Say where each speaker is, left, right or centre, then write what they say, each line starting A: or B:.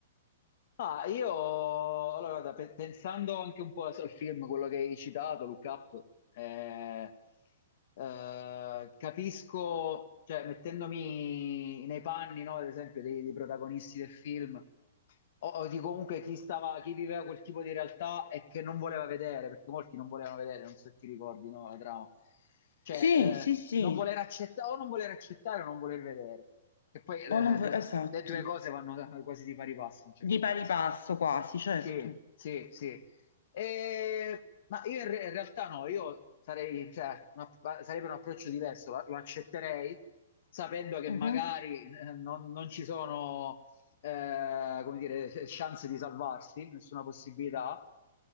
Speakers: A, on the left; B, on the left.
A: Ah, io, allora, guarda, pe- pensando anche un po' al film, quello che hai citato, Look Up, eh, eh, capisco, cioè, mettendomi nei panni, no, ad esempio, dei, dei protagonisti del film, o, o di comunque chi stava, chi viveva quel tipo di realtà e che non voleva vedere, perché molti non volevano vedere, non so se ti ricordi, no, la trama. Cioè,
B: Sì,
A: eh,
B: sì, sì.
A: non voler accettare o non voler accettare o non voler vedere. E poi eh,
B: O non vuoi- Esatto.
A: le due cose vanno quasi di pari passo in un certo
B: Di pari
A: senso.
B: passo quasi, certo.
A: Sì, sì, sì. E- ma io in, re- in realtà no, io sarei, cioè, una- ma sarebbe un approccio diverso, lo, lo accetterei sapendo che
B: Mhm.
A: magari eh, non, non ci sono, eh, come dire, eh, chance di salvarsi, nessuna possibilità,